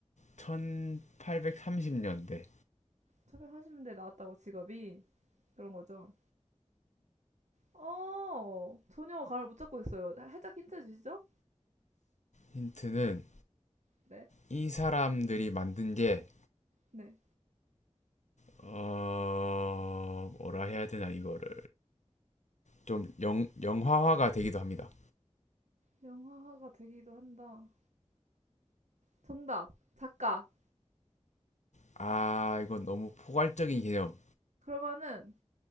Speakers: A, on the left; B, on the right.
A: 1830년대.
B: 차별0년대데 나왔다고 직업이 그런 거죠. 어 전혀 감을 못 잡고 있어요. 살짝 힌트 주시죠?
A: 힌트는,
B: 네,
A: 이 사람들이 만든 게,
B: 네.
A: 어, 뭐라 해야 되나, 이거를. 좀 영, 영화화가 되기도 합니다.
B: 영화가 되기도 한다. 정답 작가.
A: 아, 이건 너무 포괄적인 개념.
B: 그러면은